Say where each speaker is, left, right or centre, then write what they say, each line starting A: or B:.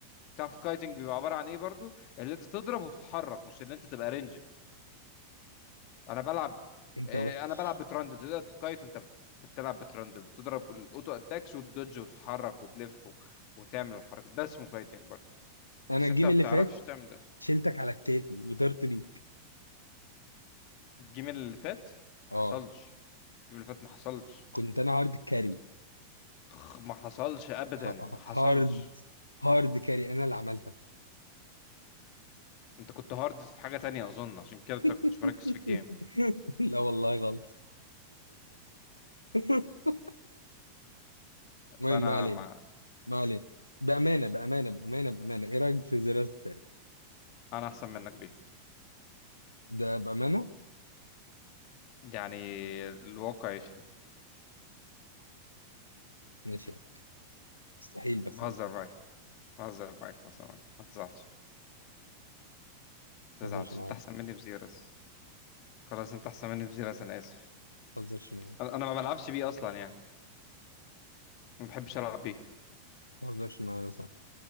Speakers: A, on the left; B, on the left.
A: تعرف الكايتنج بيبقى عباره عن ايه برضو اللي انت تضرب وتتحرك مش اللي انت تبقى رينج انا بلعب
B: انت
A: آه،
B: وحش
A: انا بلعب بترندل تقدر تكايت وانت بتلعب بترندل تضرب الاوتو اتاكس وتدج وتتحرك وتلف و... وتعمل الحركه ده اسمه كايتنج برضو
B: انا
A: بس
B: الجيم
A: انت ما
B: اللي
A: بتعرفش
B: فات
A: تعمل ده
B: شلتك على كتافي وطرت بيك
A: الجيم اللي فات ما
B: اه
A: حصلش الجيم اللي فات ما حصلش
B: كنت انا هارد كاري
A: خ- ما حصلش ابدا
B: ه-
A: ما
B: ه-
A: حصلش
B: هارد هارد كاري انا اللي عملتك
A: انت كنت هارد في حاجه تانية اظن عشان كده انت كنتش
B: <laughs>
A: مركز في الجيم
B: <laughs> لا والله غلط <laughs> المهم
A: فانا
B: ما علينا
A: ما
B: ما علينا بأمانة بأمانة بأمانة بأمانة إيه رأيك في الزرار التاني؟
A: انا احسن منك بيه
B: ده بأمانة؟
A: يعني الواقع يشفى
B: ماشي يعني مستحيل بس
A: بهزر
B: ده شيء
A: معاك بهزر معاك بهزر معاك ما تزعلش ما
B: ما
A: تزعلش
B: تهزرش معايا
A: انت احسن مني بزيرس خلاص انت احسن مني بزيرس انا اسف
B: ما تهزرش معايا
A: انا أنا ما بلعبش بيه اصلا يعني ما بحبش العب بيه
B: ما تهزرش معايا يا صاحبي